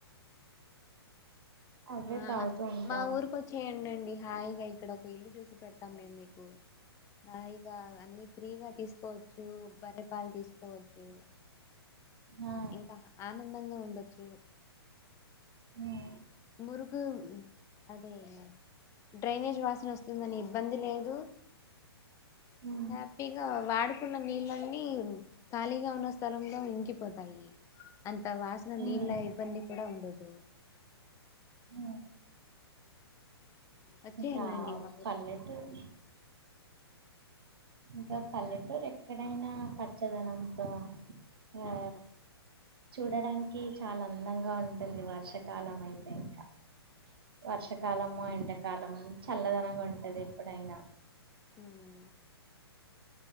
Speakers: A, on the right; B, on the left.
A: అవే
B: మా
A: తాగుతూ ఉంటాం
B: మా ఊరు కో వచ్చేయండి అండి హాయిగా ఇక్కడ ఒక ఇల్లు చూసి పెడతాం మేం మీకు హాయిగా అన్నీ ఫ్రీగా తీసుకోవచ్చు, బర్రె పాలు తీసుకోవచ్చు
A: ఆ
B: ఇంకా ఆనందంగా ఉండొచ్చు.
A: ఉమ్
B: మురుగు అదే డ్రైనేజ్ వాసన వస్తుందని ఇబ్బంది లేదు,
A: ఉ
B: హ్యాపీగా వాడుకున్న నీళ్ళన్నీ ఖాళీగా ఉన్న స్థలంలో ఇంకిపోతాయి. అంత వాసన
A: ఉమ్
B: నీళ్ళ ఇబ్బంది కూడా ఉండదు.
A: ఉ
B: వచ్చేయండండి
A: ఇంకా
B: మా ఊరికి
A: పల్లెటూరు ఇంకా పల్లెటూరు ఎక్కడైనా పచ్చదనంతో ఆ
B: అవును
A: చూడడానికి చాలా అందంగా ఉంటుంది వర్షాకాలం అయితే ఇంకా. వర్షాకాలము, ఎండాకాలము చల్లదనంగా ఉంటది ఎప్పుడైనా.
B: హ్